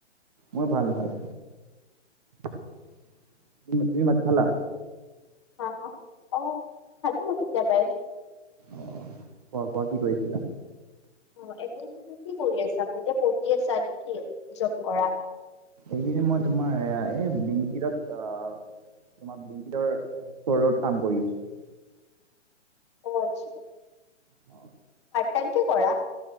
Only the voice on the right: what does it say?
মোৰ ভাল ভাল, তুমি ভাত খালা?
অ, কোৱা কোৱা কি কৰিছিলা?
এইকেইদিন তোমাৰ এই ব্লিংকিটত অ তোমাৰ ব্লিংকিতৰ ফৰত কাম কৰি আছো।
হয়।